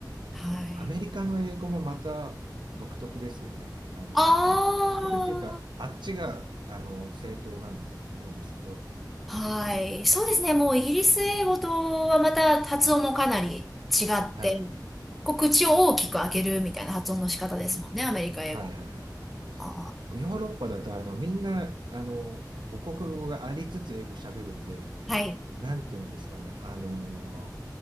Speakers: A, in the centre; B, on the right.
A: はい。
B: アメリカの英語もまた独特ですよね。あの、
A: あ
B: 独特っていうか、あっちが、あの、正当なんだと思うんですけど。
A: あ、はい。そうですね。もうイギリス英語とはまた発音もかなり違って、
B: はいはいはい。
A: こう口を大きく開けるみたいな発音の仕方ですもんね。アメリカ英語。
B: はいはいはい。
A: あ
B: ヨーロッパだと、あの、みんな、あの、母国語がありつつ英語喋るんで、
A: あ、はい。
B: なんていうんですかね。あの、